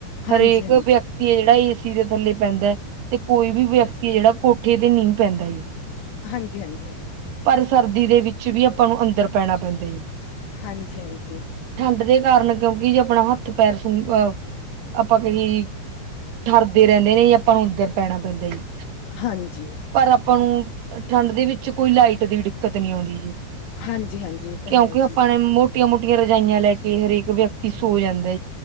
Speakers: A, on the left (about 75°); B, on the right (about 70°).
A: ਹਾਂਜੀ,
B: ਹਰੇਕ ਵਿਅਕਤੀ ਹੈ ਜਿਹੜਾ ਏਸੀ ਦੇ ਥੱਲੇ ਪੈਂਦਾ ਤੇ ਕੋਈ ਵੀ
A: ਹਾਂਜੀ।
B: ਵਿਅਕਤੀ ਹੈ ਜਿਹੜਾ ਕੋਟ ਪੱਠੇ ਤੇ ਨੀਂਹ ਪੈਂਦਾ ਏ
A: ਹਾਂਜੀ ਹਾਂਜੀ
B: ਪਰ ਸਰਦੀ ਦੇ ਵਿੱਚ ਵੀ ਆਪਾਂ ਨੂੰ ਅੰਦਰ ਪੈਣਾ ਪੈਂਦਾ ਜੀ
A: ਹਾਂਜੀ ਹਾਂਜੀ
B: ਠੰਢ ਦੇ ਕਾਰਨ ਕਿਉਂਕਿ ਜੇ ਆਪਣਾ ਹੱਥ ਪੈਰ ਸ ਅਹ ਆਪਾਂ ਕਹੀ ਠਰਦੇ ਰਹਿੰਦੇ ਨੇ ਜ ਆਪਾਂ ਨੂੰ ਅੰਦਰ ਪੈਣਾ ਪੈਂਦਾ ਜੀ
A: ਹਾਂਜੀ
B: ਪਰ ਆਪਾਂ ਨੂੰ ਠੰਢ ਦੇ ਵਿੱਚ ਕੋਈ ਲਾਈਟ ਦੀ ਦਿੱਕਤ ਨੀ ਆਉਂਦੀ ਜੀ
A: ਹਾਂਜੀ ਹਾਂਜੀ ਤਾਂ
B: ਕਿਉਂਕਿ
A: ਹੈ ਜੀ
B: ਆਪਾਂ ਮੋਟੀਆਂ ਮੋਟੀਆਂ ਰਜਾਈਆਂ ਲੈ ਕੇ ਹਰੇਕ ਵਿਅਕਤੀ ਸੋ ਜਾਂਦਾ